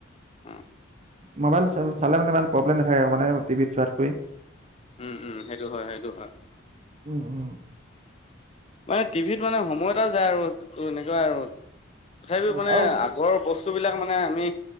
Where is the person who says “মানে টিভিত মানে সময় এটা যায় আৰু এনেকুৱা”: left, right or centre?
Left